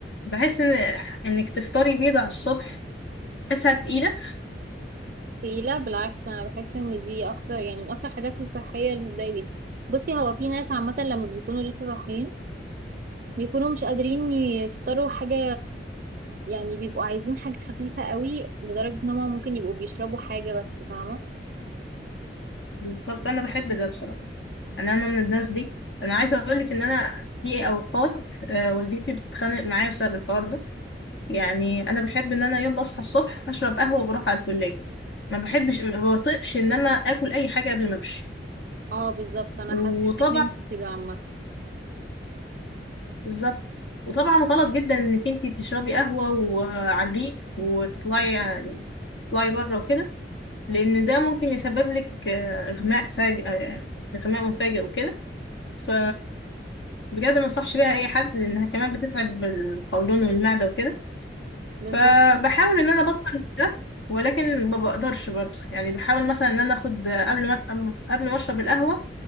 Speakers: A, on the left; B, on the right.
A: بحس إن إنك تفطري بيض على الصبح بحسها تقيلة
B: في لا بالعكس انا بحس ان دي اكتر يعني من اكتر حاجات الصحيه اللي بتضايق بيها بصي هو في ناس عامه لما بيكونوا لسه صاحيين بيكونوا مش قادرين يفطروا حاجه يعني بيبقوا عايزين حاجه خفيفه قوي لدرجه ان هم ممكن يبقوا بيشربوا حاجه بس فاهمه
A: بالظبط أنا بحب ده بصراحة يعني أنا من الناس دي أنا عايزة أقولك إن أنا في أوقات آه، والدتي بتتخانق معايا بسبب الحوار ده يعني أنا بحب إن أنا يلا أصحى الصبح أشرب قهوة وبروح على الكلية ما بحبش ما بطيقش ان انا اكل اي حاجه قبل ما امشي
B: اه بالظبط انا
A: وطبعا
B: حاسه ان انت كده عامه
A: بالظبط وطبعا غلط جدا انك انت تشربي قهوة وعلى الريق وتطلعي تطلعي بره وكده لان ده ممكن يسبب لك آه، اغماء فاجئ آه، اغماء مفاجئ وكده ف بجد ما انصحش بيها اي حد لانها كمان بتتعب القولون والمعدة وكده
B: بالظبط
A: فبحاول ان انا ابطل ده ولكن ما بقدرش برضه يعني بحاول مثلا ان انا اخد قبل ما قبل ما اشرب القهوة